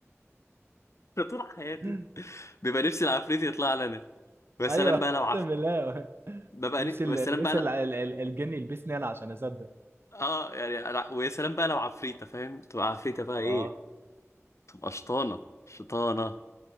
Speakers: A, on the left; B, on the right.
A: <laughs> انا طول حياتي
B: <laughs>
A: بيبقى نفسي العفريت يطلع لنا يا
B: ايوه
A: سلام
B: اقسم
A: بقى لو
B: بالله <laughs>
A: ببقى
B: نفسي
A: ن-
B: ال-
A: ويا سلام بقى
B: نفسي
A: لا.
B: ال- ال- ال- الجن يلبسني انا عشان اصدق
A: اه يعني أنا- ويا سلام بقى لو عفريتة فاهم تبقى عفريتة بقى
B: اه
A: ايه تبقى شطانة شطانة